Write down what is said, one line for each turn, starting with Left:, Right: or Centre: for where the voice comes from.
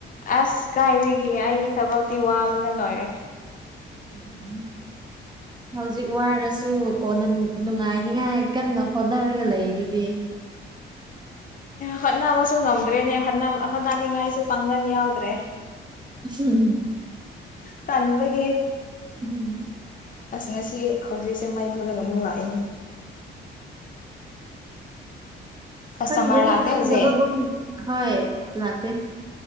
Left: ꯑꯁ ꯀꯥꯏꯗꯒꯤ ꯑꯩꯒꯤ ꯊꯕꯛꯇꯤ ꯋꯥꯕꯅ ꯂꯣꯏꯔꯦ
Right: <inaudible> ꯍꯧꯖꯤꯛ ꯋꯥꯔꯁꯨ ꯀꯣꯟꯅ ꯅꯨꯡꯉꯥꯏꯅꯤꯉꯥꯏ ꯀꯟꯅ ꯍꯣꯠꯅꯔꯒ ꯂꯩꯔꯤ ꯗꯨꯗꯤ
Left: ꯍꯣꯠꯅꯕꯁꯨ ꯉꯝꯗ꯭ꯔꯦꯅꯦ ꯍꫭꯠꯅꯕ ꯍꯣꯠꯅꯅꯤꯡꯉꯥꯏꯁꯨ ꯄꯥꯡꯒꯟ ꯌꯥꯎꯗ꯭ꯔꯦ
Right: <inaudible>
Left: ꯇꯟꯕꯒꯤ
Right: <inaudible>
Left: ꯑꯁ ꯉꯁꯤ ꯍꯧꯖꯤꯛꯁꯦ ꯃꯩ ꯃꯨꯠꯂꯒ ꯑꯃꯨꯛ ꯂꯥꯛꯑꯦꯅꯦ ꯀꯁꯇꯃꯔ
Right: ꯈꯟꯒꯨꯝ
Left: ꯂꯥꯛꯇꯦ
Right: ꯈꯪ
Left: ꯍꯧꯖꯤꯛ
Right: ꯗꯕꯒꯨꯝ ꯍꯣꯏ ꯂꯛꯇꯦ